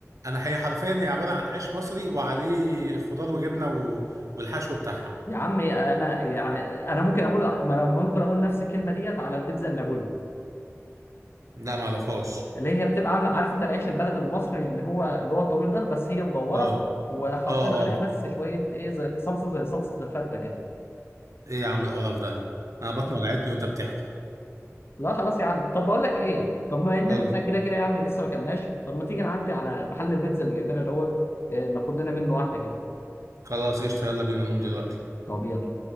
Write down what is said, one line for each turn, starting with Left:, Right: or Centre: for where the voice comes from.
Right: انا هي حرفيا هي عباره عن عيش مصري وعليه خضار وجبنه و... والحشو بتاعها
Left: يا عم انا يعني انا ممكن اقول ما أنا ممكن اقول نفس الكلمه ديت على البيتزا النابولي
Right: لا ما اعرفهاش
Left: اللي هي بتبقى عامله عارف انت العيش البلد المصري اللي هو اللي هو الطويل ده بس هي مدوره
Right: اه
Left: وحاطين
Right: اه
Left: عليها
Right: اه
Left: بس شويه ايه زي صلصه زي صلصه الفته كده
Right: ايه يا عم القرف ده انا بطني وجعتني وانت بتحكي
Left: لا خلاص يا عم طب بقول لك ايه طب ما ان
Right: قول
Left: احنا
Right: لي
Left: كده كده يعني لسه ما كلناش طب ما تيجي نعدي على محل البيتزا اللي جنبنا دوت آه، ناخد لنا منه واحده كده
Right: خلاص قشطه يلا بينا نقوم دلوقتي
Left: طب يلا